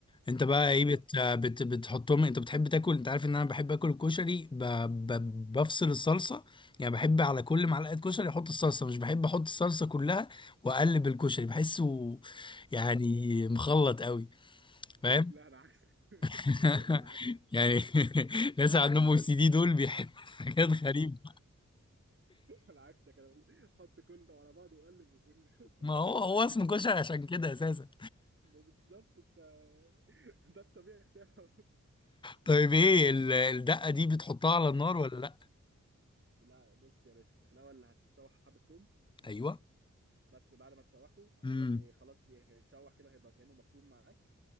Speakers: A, on the left; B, on the right.
A: انت بقى
B: بالظبط
A: ايه بت... بت... بتحطهم انت بتحب تاكل انت عارف ان انا بحب اكل الكشري ب... ب... بفصل الصلصه يعني بحب على كل معلقه كشري احط الصلصه مش بحب احط الصلصه كلها واقلب الكشري بحسه يعني مخلط قوي فاهم
B: لا انا عكسك
A: <laughs>
B: <laughs> انا عكسك
A: يعني <laughs> ناس
B: <laughs>
A: عندهم او سي دي دول بيحبوا <laughs> حاجات غريبه.
B: انا عكسك انا حط كله على بعضه وقلب وكله <laughs>
A: ما هو هو اسمه كشري عشان كده اساسا
B: بالظبط انت ده الطبيعي بتاعنا <laughs>
A: طيب ايه ال- الدقة دي بتحطها على النار ولا لا
B: لا بص يا باشا انت في الاول هتشوح حبه توم
A: ايوه
B: بس بعد ما تشوحته هت
A: امم
B: خلاص هيتشوح كده هيبقى كانه مفروم معاك